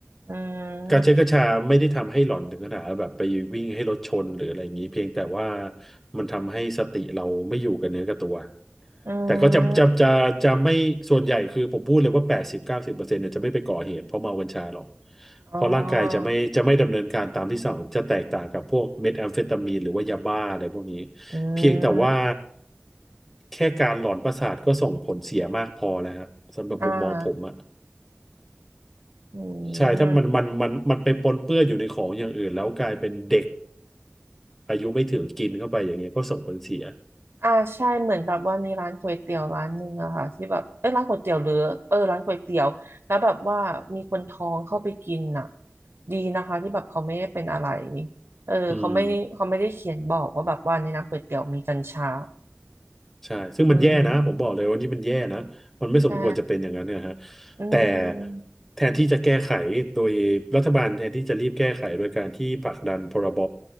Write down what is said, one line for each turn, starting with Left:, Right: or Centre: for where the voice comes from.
Right: อืม
Centre: การใช้กัญชาไม่ได้ทำให้หลอนถึงขนาดแบบไปวิ่งให้รถชนหรืออะไรอย่างนี้เพียงแต่ว่ามันทำให้สติเราไม่อยู่กับเนื้อกับตัว
Right: อื
Centre: แต่ก็จะจะจะจะไม่ส่วนใหญ่คือผมพูดเลยว่าแปดสิบเก้าสิบเปอร์เซ็นต์เนี่ยจะไม่ไปก่อเหตุเพราะเมากัญชาหรอก
Right: มอ๋อ
Centre: เพราะร่างกายจะไม่จะไม่ดำเนินการตามที่สั่งจะแตกต่างกับพวกเมทแอมเฟตามีนหรือว่ายาบ้าอะไรพวกนี้
Right: อื
Centre: เพียงแต่ว่า
Right: ม
Centre: แค่การหลอนประสาทก็ส่งผลเสียมากพอแล้วฮะสำหรับมุมมองผมอ่ะ
Right: อ่าอื
Centre: ใช่ถ้ามันมันมันมันไปปนเปื้อนอยู่ในของอย่างอื่นแล้วกลายเป็นเด็ก
Right: ม
Centre: อายุไม่ถึงกินเข้าไปอย่างเงี้ยก็ส่งผลเสีย
Right: อ่าใช่เหมือนแบบว่ามีร้านก๋วยเตี๋ยวร้านหนึ่งอะค่ะที่แบบเอ้ยร้านก๋วยเตี๋ยวหรือเออร้านก๋วยเตี๋ยวแล้วแบบว่ามีคนท้องเข้าไปกินน่ะดีนะคะที่แบบเขาไม่ได้เป็นอะไรเออเขาไม่เขาไม่ได้เขียนบอกว่าแบบว่าในน้ำก๋วยเตี๋ยวมีกัญชา
Centre: อืม ใช่ซึ่งมันแย่นะผมบอกเลยว่านี่มันแย่นะมันไม่สมควรจะเป็นอย่างนั้นนะฮะ
Right: อืมใช่อื
Centre: แต่
Right: ม
Centre: แทนที่จะแก้ไขโดยรัฐบาลแทนที่จะรีบแก้ไขโดยการที่ผลักดันพรบ